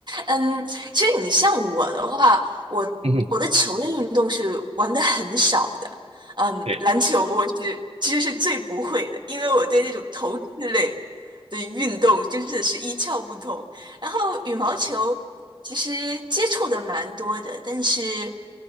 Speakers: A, on the right (about 50°); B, on the right (about 85°).
A: 嗯，其实你像我的话，我我的球类运动是玩的很少的，
B: 嗯哼，
A: 嗯，
B: 对，
A: 篮球我是其实是最不会的，因为我对那种投掷类的运动真的是一窍不通。然后羽毛球其实接触的蛮多的，但是